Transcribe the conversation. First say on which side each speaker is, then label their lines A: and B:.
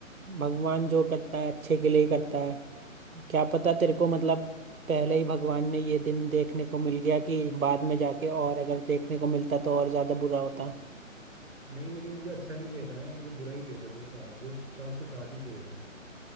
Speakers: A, on the right; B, on the right.
A: भगवान जो करता है अच्छे के लिए ही करता है क्या पता तेरे को मतलब पहले ही भगवान ने ये दिन देखने को मिल गया कि बाद में जाके और अगर देखने को मिलता तो और ज्यादा बुरा होता
B: नहीं लेकिन मुझे अच्छा नहीं चाहिए था ना यार मुझे बुरा ही चाहिए था जो था जो था उसके साथ ही चाहिए था